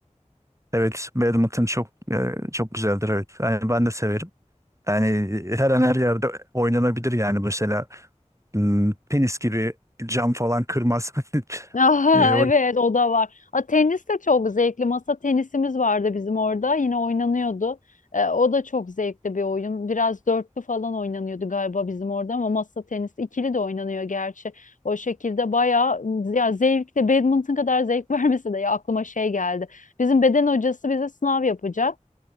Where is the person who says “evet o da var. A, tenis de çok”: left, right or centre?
Left